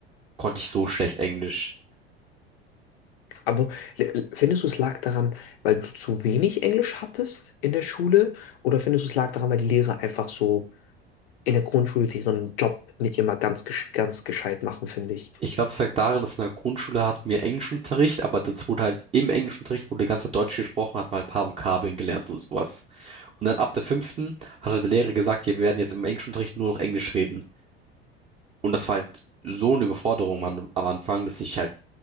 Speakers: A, on the right; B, on the left.
A: konnte ich so schlecht Englisch.
B: aber l- findest du es lag daran, weil du zu wenig Englisch hattest in der Schule? Oder findest du es lag daran, weil die Lehrer einfach so in der Grundschule ihren Job nicht immer ganz, gesch- ganz gescheit machen, finde ich?
A: Ich glaube, es lag darin, dass in der Grundschule hatten wir Englischunterricht, aber das wurde halt im Englischunterricht wurde ganz Deutsch gesprochen, hat mal ein paar Vokabeln gelernt und sowas. Und dann ab der fünften hat halt der Lehrer gesagt, ja, wir werden jetzt im Englischunterricht nur noch Englisch reden. Und das war halt so eine Überforderung am, am Anfang, dass ich halt